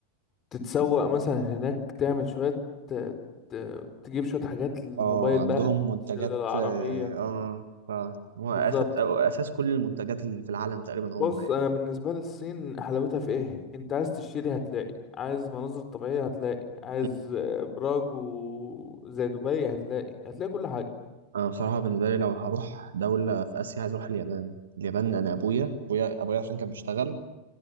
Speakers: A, on the left (about 25°); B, on the right (about 65°).
A: تتسوق مثلا هناك تعمل شوية ت- ت- تجيب شوية حاجات للموبايل
B: اه عندهم
A: بقى
B: منتجات
A: تشيل العربية
B: اه آه، آه. هو
A: بالظبط
B: اساس أو اساس كل المنتجات اللي في العالم تقريبا هم
A: بص
B: يعني
A: انا بالنسبة لي الصين حلاوتها في ايه انت عايز تشتري هتلاقي عايز مناظر طبيعية هتلاقي عايز
B: مم.
A: ابراج و- زي دبي هتلاقي هتلاقي كل حاجة
B: انا بصراحه بالنسبه لي لو هروح دوله في اسيا عايز اروح اليابان اليابان انا ابويا ابويا ابويا عشان كان بيشتغل